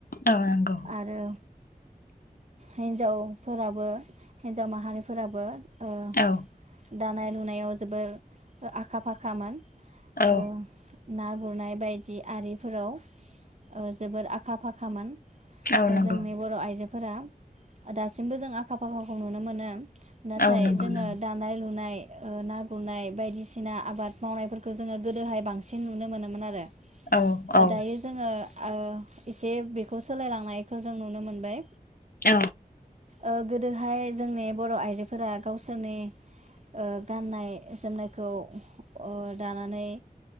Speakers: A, on the left; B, on the right.
A: औ नंगौ
B: आरो हिन्जावफोराबो हिन्जाव माहारिफोराबो ओ
A: औ
B: दानाय लुनायाव जोबोर आखा फाखामोन।
A: औ
B: ओ ना गुरनाय बायदि आरिफोराव ओ जोबोर आखा फाखामोन
A: औ
B: ओ
A: नंगौ
B: जोंनि बर' आइजोफोरा फोरा दासिमबो जों आखा फाखाखौ नुनो मोनो। नाथाय
A: औ नंगौ
B: जोङो
A: नों
B: दानाय लुनाय ना गुरनाय बायदिसिना आबाद मावनायफोरखौ खौ जोङो गोदोहाय बांसिन नुनो मोनोमोन आरो
A: औ औ
B: दायो जोंङो ओ एसे बेखौ सोलायलांनायखौ जों नुनो मोनबाय।
A: औ
B: ओ गोदोहाय जोंनि बर' आइजो फोरा गावसो नि ओ गाननाय जोमनाय खौ ओ दानानै